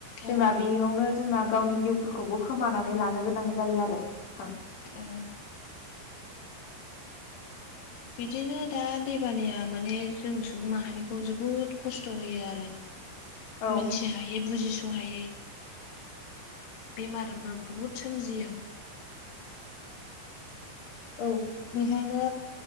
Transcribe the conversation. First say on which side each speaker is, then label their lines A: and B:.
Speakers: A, on the left (about 60°); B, on the left (about 85°).
A: औ
B: जोंना बेयावनो जोंना गावनि जिउफोरखौबो खोमानानै लानो गोनां जायो आरो नोंथां
A: ओम बिदिनो दा दैबानिया माने जों सुबुं माहारिखौ जोबोद खस्थ' होयो आरो
B: औ
A: मिनथि हायै बुजिस' हायै बेमारबो बुहुद सोमजियो
B: औ
A: बेखायनो